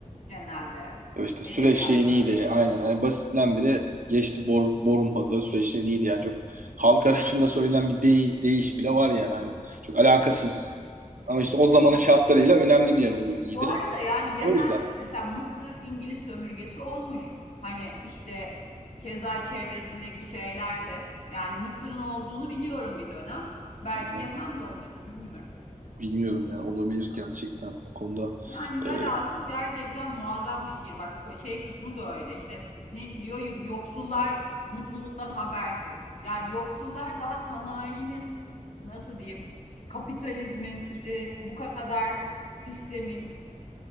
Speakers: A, on the left; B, on the right.
A: genelde
B: E, İşte süreç
A: edebiyatta.
B: şeyi neydi? Aynen. Yani basitinden bile geçti bor, borun pazarı Süveyş şeyi neydi? Yani çok halk <laughs> arasında söylenen bir dey, deyiş bile var yani. Hani çok alakasız. Ama işte o zamanın
A: Evet.
B: şartlarıyla önemli bir yer oluyor Niğde.
A: Bu arada yani Yemen
B: O yüzden.
A: mesela Mısır İngiliz sömürgesi olmuş. Hani işte keza çevresindeki şeyler de yani Mısır'ın olduğunu biliyorum bir dönem. Belki
B: Hı-hı.
A: Yemen de olmuştur bilmiyorum.
B: Bilmiyorum yani olabilir gerçekten o konuda.
A: Yani velhasıl
B: Ee,
A: gerçekten muazzam bir şiir. Bak o şey kısmı da öyle. İşte ne diyor yoksullar mutluluktan habersiz. Yani yoksullar daha sanayinin nasıl diyeyim kapitalizmin işte bu kadar sistemin